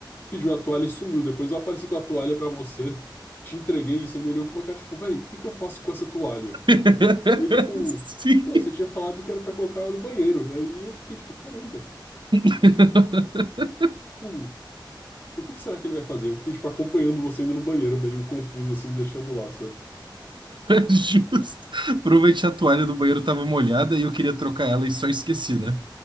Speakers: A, on the left; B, on the right.
A: pediu a toalha e sumiu. Depois eu apareci com a toalha pra você, te entreguei e você me olhou com uma cara tipo, véi, o que que eu faço com essa toalha?
B: <laughs>
A: Eu, tipo,
B: Sim.
A: pô, você tinha falado que era pra colocar ela no banheiro. Aí eu fiquei tipo, caramba,
B: <laughs>
A: tipo, o que que será que ele vai fazer? Eu fiquei, tipo, acompanhando você indo no banheiro, meio confuso assim, deixando lá, sabe?
B: Justo. Provavelmente a toalha do banheiro estava molhada e eu queria trocar ela e só esqueci, né?